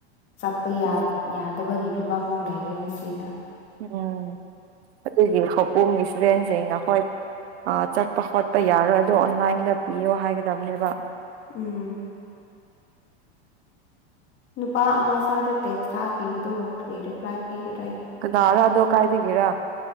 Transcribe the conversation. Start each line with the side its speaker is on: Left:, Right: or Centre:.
Left: ꯆꯠꯄ ꯌꯥ
Right: ꯎꯝ
Left: ꯌꯥꯗꯕꯒꯤ ꯐꯤꯕꯝꯃꯨꯛ ꯂꯩꯔꯦ ꯉꯁꯤꯅ
Right: ꯎꯝ ꯑꯗꯨꯒꯤ ꯈꯧꯄꯨꯝꯒꯤ ꯏꯁꯇꯨꯗꯦꯟꯁꯤꯡꯅ ꯍꯣꯏ ꯑ ꯆꯠꯄ ꯈꯣꯠꯄ ꯌꯥꯔꯣꯏ ꯑꯗꯨ ꯑꯣꯟꯂꯥꯏꯟꯗ ꯄꯤꯌꯣ ꯍꯥꯏꯒꯗꯕꯅꯦꯕ
Left: ꯎꯝ ꯅꯨꯄꯥ ꯑꯃ ꯁꯥꯔꯗ ꯇꯦꯛꯁ ꯊꯥꯈꯤꯕꯗꯣ ꯀꯔꯤ ꯔꯤꯄ꯭ꯂꯥꯏ ꯄꯤꯒ
Right: ꯀꯅꯥꯔꯥ ꯑꯗꯣ ꯀꯥꯏꯗꯒꯤꯔ